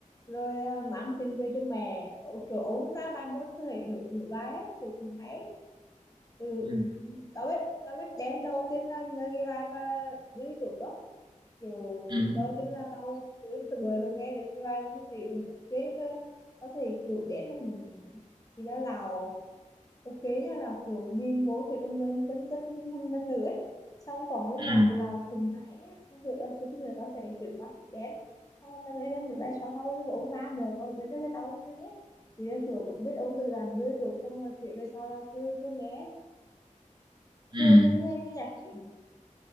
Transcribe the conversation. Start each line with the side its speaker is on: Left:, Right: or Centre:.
Left: rồi ờ, mang tiền về cho mẹ Ồ, kiểu ông ra bài múa thể nổi nổi bài ấy, kiểu cũng hay ừ,
Right: ừ.
Left: tao biết tao biết đến đầu tiên là nhờ ghi bài và đứa trước đó kiểu
Right: Ừ.
Left: đầu tiên là tao cứ từ bời luôn nghe được ghi bài tao thấy ừ, ok cơ tao thấy kiểu đến là thì ra Lào ok nha là kiểu nhìn vô thì con người chân chất hơn hơn nữa ấy. xong còn với
Right: Ừ.
Left: nhạc của Lào cùng hãy á, xong rồi là cái thứ nữa tao phải chuyển qua thích đến xong rồi tao nghe thêm mình bay sau sau của ông ra nữa còn bây giờ tao chưa hết thì là kiểu biết ông từ đàn đưa rồi xong rồi kiểu về sau là cứ cứ nghe
Right: Ừ.
Left: Thường em hay nghe nhạc chứ.